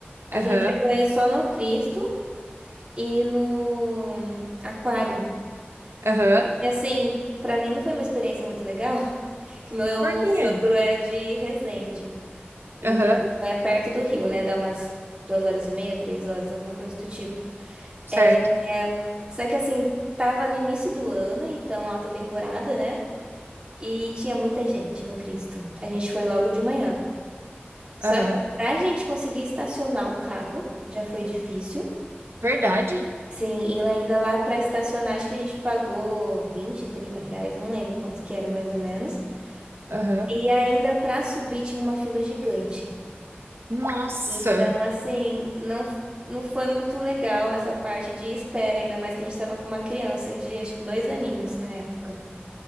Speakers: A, on the right; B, on the right.
A: A
B: Aham,
A: gente chegou aí só no Cristo e no Aquário.
B: aham.
A: E assim, pra mim não foi uma experiência muito legal, <laughs> que meu
B: Por quê?
A: sogro é de Resende, então
B: Aham,
A: é perto do Rio, né? Dá umas duas horas e meia, três horas, alguma coisa do tipo.
B: certo.
A: É, é, só que assim, tava no início do ano, então alta temporada, né? E tinha muita gente no Cristo. A gente foi logo de manhã. Só
B: Aham.
A: que pra gente conseguir estacionar o carro, já foi difícil.
B: Verdade?
A: Sim, e lá ainda lá para estacionar, acho que a gente pagou 20, 30 reais, não lembro quanto que era mais ou menos.
B: Aham.
A: E ainda para subir tinha uma fila gigante.
B: Nossa,
A: Então, assim, não, não foi muito legal essa parte de espera, ainda mais que a gente estava com uma criança de acho que dois aninhos na época.